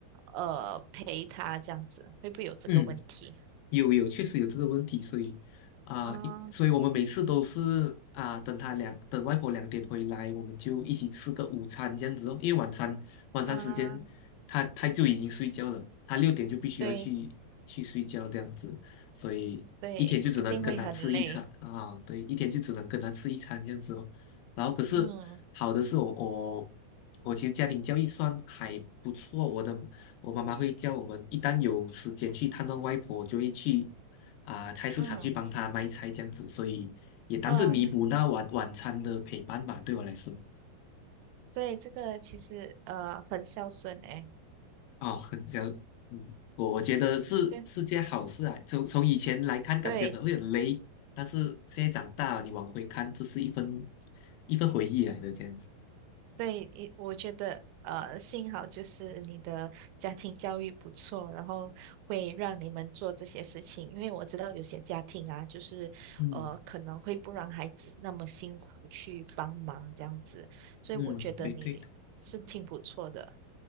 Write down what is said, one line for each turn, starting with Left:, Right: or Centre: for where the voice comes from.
Right: 呃陪他这样子，会不会有这个问题？
Left: 嗯。有有，确实有这个问题，所以啊、
Right: 嗯
Left: 一所以我们每次都是啊、等他两等外婆两点回来，我们就一起吃个午餐这样子哦。因为晚餐晚餐时间他他就已经睡觉了，
Right: 嗯，
Left: 他六点就必须要去去睡觉这样子，
Right: 对
Left: 所以一天就只能跟他吃一餐啊、
Right: 对，一定会很累。
Left: 对，一天就只能跟他吃一餐这样子哦。然后可是好的是我我我其实家庭教育算还不错，
Right: 嗯
Left: 我的我妈妈会叫我们一旦有时间去探望外婆，就会去啊、菜市场去帮她卖菜这样子，
Right: 嗯
Left: 所以也当是弥补那晚晚餐的陪伴吧，
Right: 嗯，
Left: 对我来说。
Right: 对，这个其实呃很孝顺诶。
Left: 哦，很想，嗯，我我觉得是是件好事啊。
Right: 对
Left: 从从以前来看，感觉很会很累，
Right: 对。
Left: 但是现在长大了，你往回看，这是一份一份回忆来的这样子。
Right: 对，一我觉得呃，幸好就是你的家庭教育不错，然后会让你们做这些事情。因为我知道有些家庭啊，就是呃可能会不让孩子那么辛苦去帮忙这样子，
Left: 嗯
Right: 所以我觉得你是嗯挺不错的。
Left: 嗯，对对对。